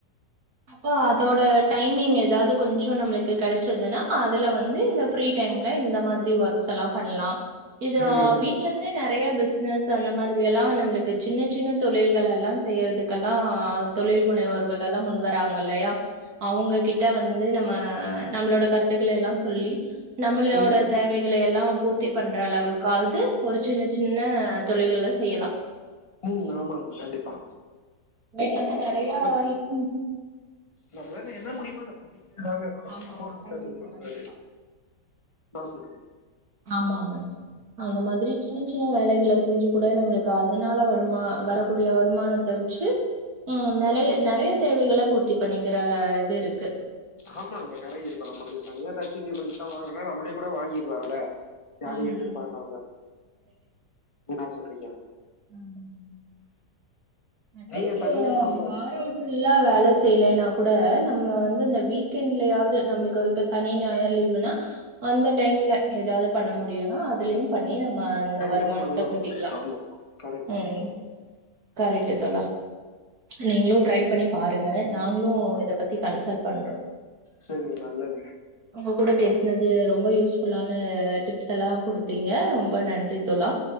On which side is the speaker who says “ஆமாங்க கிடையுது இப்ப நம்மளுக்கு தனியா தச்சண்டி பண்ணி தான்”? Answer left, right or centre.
Left